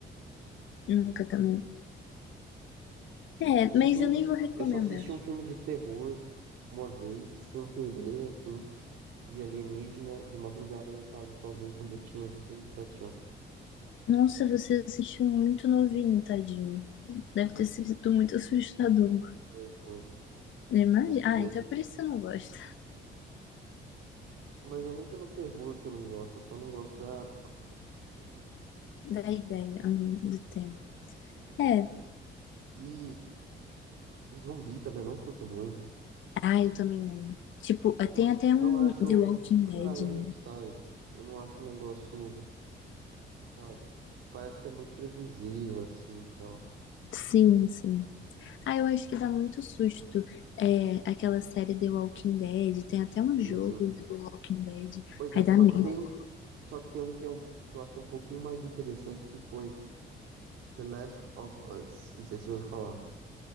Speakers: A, on the left; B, on the right.
A: Nunca também. É,
B: Eu assisti
A: mas
B: um,
A: eu nem vou recomendar.
B: eu só assisti um filme de terror uma vez, sem querer, assim, de alienígena, de madrugada lá em casa sozinho, quando eu tinha uns 6 7 anos.
A: Nossa, você assistiu muito novinho, tadinho. Deve ter sido muito assustador.
B: Foi, foi.
A: Imagina.
B: Eu lembro que
A: Ah,
B: eu.
A: então é por isso que eu não gosto
B: Mas não é nem pelo terror que eu não gosto, eu só não gosto da proposta temática.
A: da ideia hum, do tema. É.
B: E zumbi também eu não curto muito.
A: Ah, eu também não. Tipo,
B: Não
A: tem
B: acho,
A: até
B: não
A: um
B: acho
A: The Walking
B: atraente,
A: Dead, né?
B: sabe? Eu não acho um negócio, sabe? Parece ser muito previsível, assim, então.
A: Sim, sim. Ah, eu acho que dá muito susto. É, aquela série The Walking Dead. Tem até um jogo
B: Sim, sim.
A: do The Walking Dead.
B: Pois é,
A: Aí dá
B: só
A: medo.
B: que tem, só que tem um que é um que eu achei um pouquinho mais interessante que foi The Last of Us. Não sei se eu ouviu falar.